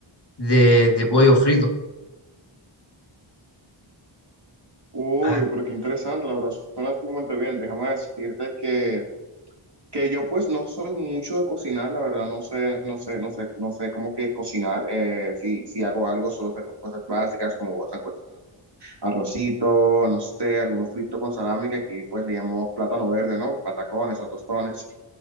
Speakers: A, on the left (about 50°); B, on the right (about 50°).
A: de, de pollo frito.
B: Uy,
A: A,
B: pero qué interesante, la verdad, suena sumamente bien. Déjame decirte que, que yo pues no soy mucho de cocinar, la verdad, no sé, no sé, no sé, no sé cómo que cocinar. eh, si, si hago algo, solo hacer cosas básicas como huevos arrocito, no sé, algunos fritos con salami, que aquí pues le llamamos plátano verde, ¿no? Patacones o tostones.